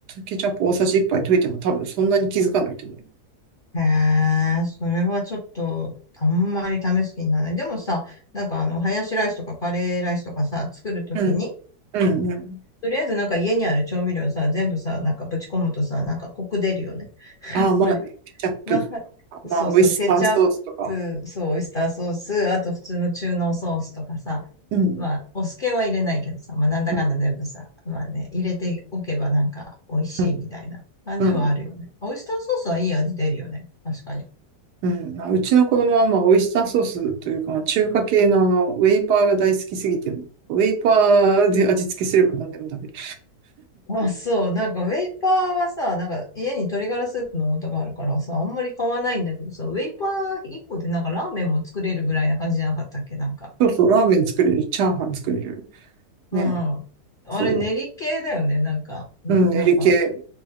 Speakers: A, on the right (about 85°); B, on the left (about 45°).
A: ケチャップ大さじ1杯溶いても多分そんなに気づかないと思う。
B: へえ、それはちょっと、あんまり試す気にならない。でもさ、なんかあの、ハヤシライスとかカレーライスとかさ、作るときに、
A: うん、うん、うん。
B: とりあえずなんか家にある調味料さ、全部さ、なんかぶち込むとさ、なんかコク出るよね。<laughs>
A: ああ、
B: やっぱり。
A: まあね、ケチャップとか、
B: まあ、
A: まあ、
B: そうそう、
A: オイスターソースとか。
B: ケチャップ、そう、オイスターソース、あと普通の中濃ソースとかさ、
A: うん、う
B: まあ、お酢系は入れないけどさ、まあなんだかんだ全部さ、
A: ん、
B: まあね、入れておけばなんか美味しいみたいな感じはあるよね。
A: うん、うん。
B: オイスターソースはいい味出るよね。確かに。
A: うんまあうちの子供は、まあ、オイスターソースというか、まあ中華系のあの、ウェイパーが大好きすぎて、ウェイパーで味付けすれば何でも食べる。
B: あ、そう。なんか、ウェイパーはさ、なんか、家に鶏ガラスープの素があるからさ、あんまり買わないんだけどさ、ウェイパー1個でなんかラーメンも作れるぐらいな感じじゃなかったっけなんか。
A: そうそう、ラーメン作れる、チャーハン作れる。ね、
B: うん。あれ、
A: そ
B: 練り系だよねなんか、うんなんか、
A: う。うん、エリ系。うん